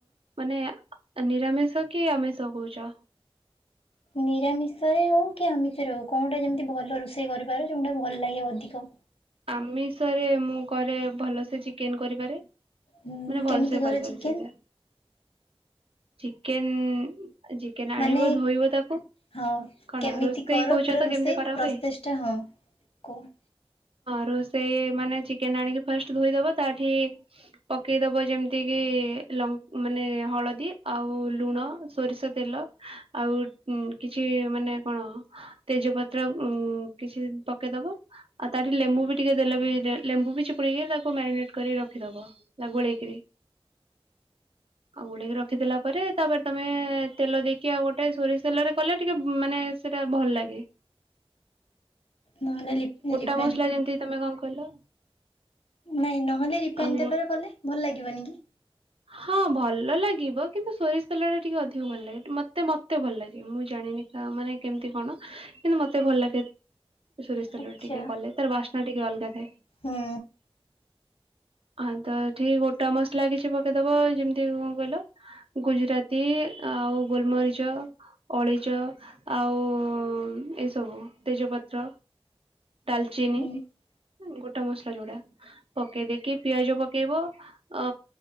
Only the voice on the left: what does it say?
ନିରାମିଷରେ ହଉ କି ଆମିଷରେ ହଉ କଉଟା ଯେମିତି ଭଲ ରୋଷେଇ କରିପାର ଯୋଉଟା ଭଲ ଲାଗେ ଅଧିକ
ହୁଁ
କେମିତି
କର
ଚିକେନ?
ମାନେ
ହଁ
କେମିତି
କର?
ପୁରା
ରୋଷେଇ
ପ୍ରୋସେସଟା, ହଁ କୁହ।
ନହେଲେ ଲିପି ରିପ୍।
ନାଇଁ, ନହେଲେ ରିଫାଇନ
ତେଲରେ କଲେ ଭଲ ଲାଗିବନି କି?
ଆଚ୍ଛା।
ହୁଁ
ହୁଁ